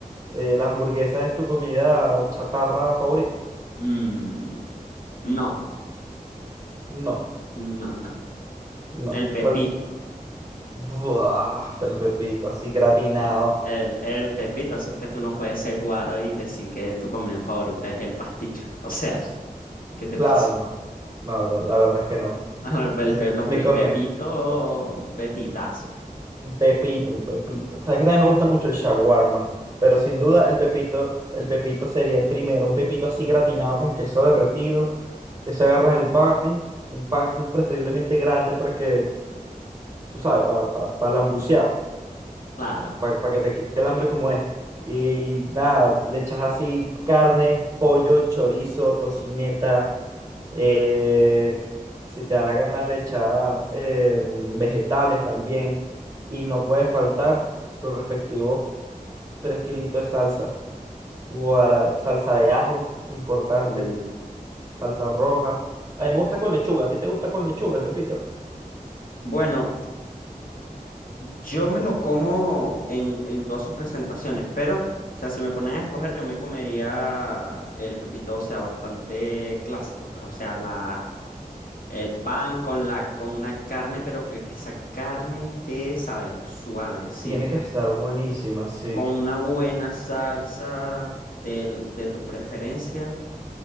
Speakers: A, on the right; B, on the left.
A: eh, la hamburguesa es tu comida chatarra favorita.
B: Mm, no,
A: No,
B: no, no.
A: no.
B: El pepito.
A: ¿Cuál? Buah, el pepito así gratinado.
B: Eh, El, el pepito, si es que tú no puedes ser guaro y decir que tu comida favorita es el pasticho. <laughs> O sea, ¿qué te
A: Claro,
B: pasa?
A: no. No, la, la verdad es que no.
B: <laughs> Ah, El, pe-
A: Sí,
B: pe- los-
A: Me
B: el
A: comía
B: pepito, pepitazo,
A: un pepito, un pepito. Sabes que también me gusta mucho el shawarma, pero sin duda el pepito, el pepito sería el primero. Un pepito así gratinado con queso derretido. Eso agarras el pan, un pan preferiblemente grande para que, tú sabes, para, para, para lambucear.
B: claro.
A: para que te quite el hambre como es. Y nada, le echas así carne, pollo, chorizo, tocineta. eh, si te da la gana, le echas eh, mm, vegetales también. Y no puede faltar sus respectivos 3 kilitos de salsa. guara- salsa de ajo, importante.
B: Uh,
A: Salsa roja. A mí me gusta con lechuga. ¿A ti te gusta con lechuga el pepito?
B: Bueno, yo me lo como en, en todas sus presentaciones, pero, o sea, si me ponen a escoger, yo me comería el pepito, o sea, bastante clásico, pues, o sea, la, el pan con la, con una carne, pero que, que esa carne esté, ¿sabes? Suavecita,
A: Tiene que estar buenísima, sí.
B: con una buena salsa del- de tu preferencia.